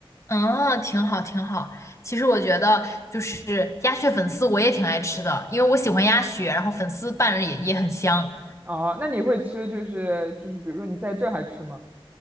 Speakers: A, on the left (about 30°); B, on the right (about 20°).
A: 嗯，挺好，挺好。其实我觉得，就是鸭血粉丝我也挺爱吃的，因为我喜欢鸭血，然后粉丝拌着也也很香。
B: 哦，那你会吃就是就是比如说你在这还吃吗？